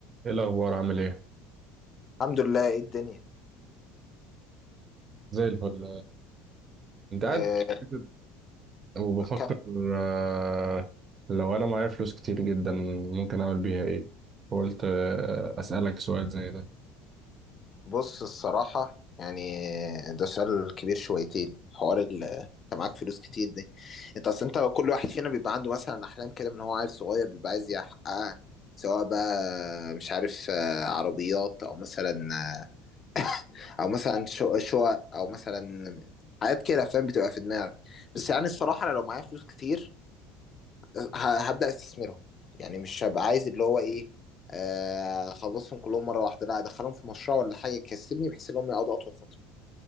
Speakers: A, on the right (about 35°); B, on the left (about 35°).
A: ايه الاخبار عامل ايه
B: الحمد لله ايه الدنيا
A: زي الفل انت قاعد
B: إيه
A: كده وبفكر
B: كان
A: آه، لو انا معايا فلوس كتير جدا ممكن اعمل بيها ايه قلت آه، اسالك سؤال زي ده
B: بص الصراحة يعني ده سؤال كبير شويتين حوار ال- انت معاك فلوس كتير دي انت اصل انت كل واحد فينا بيبقى عنده مثلا احلام كده من هو عيل صغير بيبقى عايز يحققها سواء بقى مش عارف آه، عربيات او مثلا آه، او مثلا شو- شقق او مثلا حاجات كده فاهم بتبقى في دماغك بس يعني الصراحة انا لو معايا فلوس كتير ه- هبدأ استثمرهم يعني مش هبقى عايز اللي هو ايه آه، اخلصهم كلهم مره واحده لا ادخلهم في مشروع ولا حاجه يكسبني بحيث ان هم يقعدوا اطول فتره